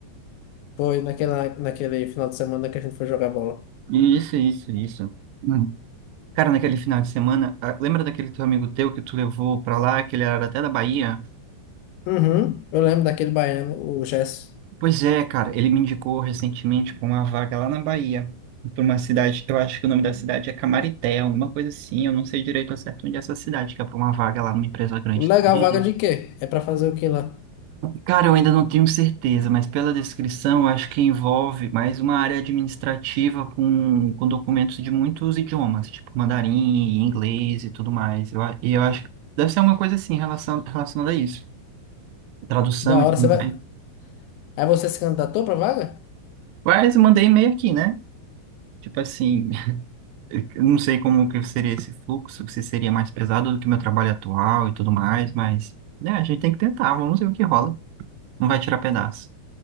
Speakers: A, on the left (about 80°); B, on the right (about 80°).
A: Foi naquela, naquele final de semana que a gente foi jogar bola.
B: Isso, isso, isso. Uhum. Cara, naquele final de semana, ah, lembra daquele teu amigo teu que tu levou pra lá, que ele era até da Bahia?
A: Uhum, eu lembro daquele baiano, o Gesso.
B: Pois é, cara, ele me indicou recentemente para uma vaga lá na Bahia, para uma cidade, eu acho que o nome da cidade é Camarité, alguma coisa assim, eu não sei direito ao certo onde é essa cidade, que é para uma vaga lá numa empresa grande. da
A: Legal,
B: mídia.
A: vaga de quê? É pra fazer o quê lá?
B: Cara, eu ainda não tenho certeza, mas pela descrição, eu acho que envolve mais uma área administrativa com, com documentos de muitos idiomas, tipo mandarim, inglês e tudo mais. Eu, a- e eu acho que deve ser alguma coisa assim relacion- relacionada a isso, tradução
A: Da
B: e
A: hora,
B: tudo
A: você vai.
B: mais.
A: Aí você se candidatou pra vaga?
B: Mas eu mandei e-mail aqui, né? Tipo assim. Eu não sei como que seria esse fluxo, se seria mais pesado do que meu trabalho atual e tudo mais, mas né, a gente tem que tentar, vamos ver o que rola. Não vai tirar pedaço.